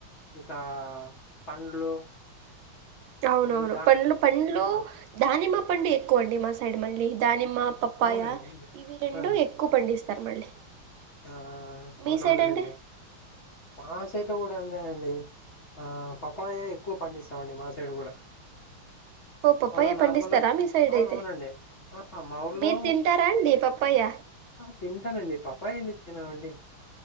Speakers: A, on the left (about 50°); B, on the right (about 80°).
A: ఇంకా ఆ పండ్లు
B: అవునవును
A: అన్ని ద్రాక్ష
B: పంలు పండ్లు
A: అవున
B: దానిమ్మ ండి ఎక్కువ అండి మా సైడ్ మళ్ళీ దానిమ్మ అమ్మ పప్పాయ
A: అవునండి
B: ఇవి రెండు
A: ఆహా
B: ఎక్కువ పండిస్తా సరే మళ్ళీ
A: ఆ అవునవునులేండి
B: మీ సైడ్ అండి
A: మాసైట్లో కూడా అ అే అండి ఆ పప్పయ ఎక్కువ పండిస్తామండి మా సైడ్ కూడా
B: ఓ పప్పయ్య
A: మళ్ళ
B: పండిస్తారా
A: నార్మల్
B: మీ సైడ్
A: అవునవునండి
B: అయితే
A: ఆ! మా ఊర్లో
B: మీరు తింటారా అండి పప్పయ్య
A: ఆ తింటానండి పప్పయ ఎందుకు తిినమండి